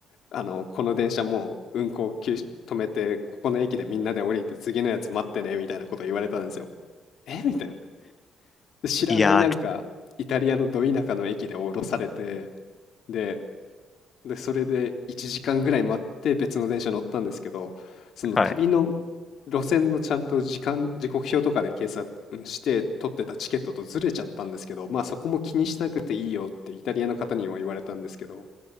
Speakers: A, on the left (about 70°); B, on the left (about 30°).
A: あの、この電車もう運行休止止めて、ここの駅でみんなで降りて次のやつ待ってね、みたいなこと言われたんですよ。えみたいな。で知らないなんか、
B: いやー、
A: イタリアのど田舎の駅で降ろされて、で、で、それで1時間ぐらい待って別の電車乗ったんですけど、その旅の
B: はい。
A: 路線のちゃんと時間、時刻表とかで計算うんして取ってたチケットとずれちゃったんですけど、まあそこも気にしなくていいよってイタリアの方にも言われたんですけど、